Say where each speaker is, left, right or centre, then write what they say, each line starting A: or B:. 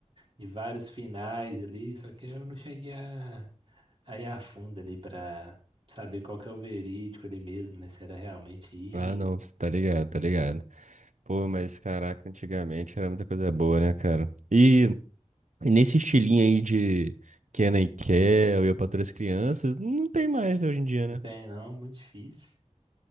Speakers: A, on the right; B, on the right.
A: de vários finais ali, só que eu não cheguei a. Aí afunda ali pra saber qual que é o verídico ali mesmo, né? Se era realmente isso.
B: Ah, não, cê tá ligado, tá ligado. Pô, mas caraca, antigamente era muita coisa boa, né, cara? E E nesse estilinho aí de Kenna e Kel e Eu, Patroa e as Crianças, não tem mais, né, hoje em dia,
A: Não
B: né?
A: tem, não, muito difícil.